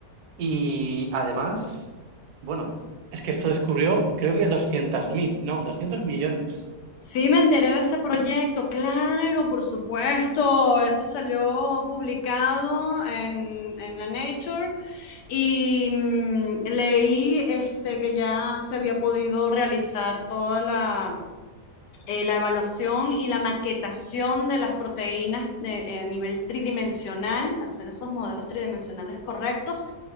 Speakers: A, on the right; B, on the left.
A: y además, bueno, es que esto descubrió creo que 200.000 no, 200 millones,
B: Sí, me enteré de ese proyecto, claro, por supuesto, eso salió publicado en, en la Nature y mm, leí este, que ya se había podido realizar toda la, eh, la evaluación y la maquetación de las proteínas de- eh, a nivel tridimensional, hacer esos modelos tridimensionales correctos.